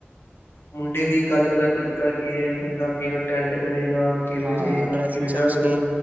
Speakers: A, on the left (about 65°); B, on the right (about 35°).
A: ਮੁੰਡੇ ਦੀ ਗੱਲ ਕਰਨ ਦਾ ਤਰੀਕਾ ਕੀ ਹੈ, ਮੁੰਡਾ ਕਿਵੇਂ ਅਟੈਂਡ ਕਰੇਗਾ ਕਿਵੇਂ
B: ਹਾਂ
A: ਰਹੇਗਾ
B: ਡਰੈਸਿੰਗ
A: ਕਿਵੇਂ ਨਾਲ
B: ਸੈਂਸ
A: ਉਹਨੂੰ
B: ਕੀ